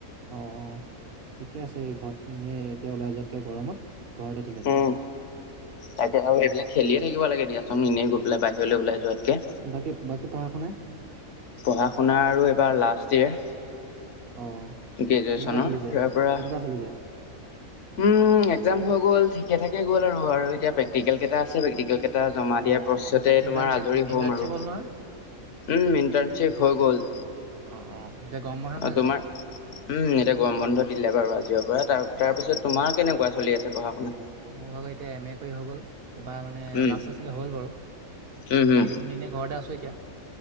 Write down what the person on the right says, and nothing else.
অঁ অঁ। ঠিকে আছে, এই ঘৰত এনেই এতিয়া ওলাই যোৱাতকে গৰমত ঘৰতে ঠিক আছে।
উম,
বাকি বাকি পঢ়া শুনা?
অঁ
কেনেকুৱা চলিছে
কেনেকুৱা চলিছে?
অ
অ ইণ্টাৰ্ণশ্বিপ
ইণ্টাৰ্ণশ্বিপ
হ'ল নহয়
অ অ এতিয়া গৰম বন্ধ নহয়
জানো
অ
অ
মোৰ ভাগৰ এতিয়া এম এ কৰি হৈ গ'ল। এবাৰ মানে
লাষ্ট আছিলে হ'ল বাৰু। তাৰ
পৰা এইকেইদিন এনে ঘৰতে আছো এতিয়া।